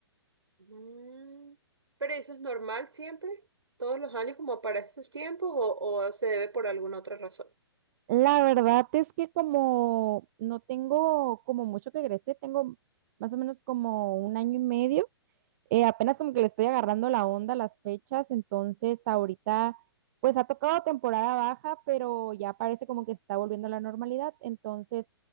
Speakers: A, on the right (about 80°); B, on the right (about 40°).
A: Mm, ¿pero eso es normal siempre? ¿Todos los años como para estos tiempos o, o se debe por alguna otra razón?
B: La verdad es que como no tengo como mucho que egresé, tengo más o menos como un año y medio, Eh, apenas como que le estoy agarrando la onda a las fechas, entonces ahorita pues ha tocado temporada baja, pero ya parece como que se está volviendo a la normalidad, entonces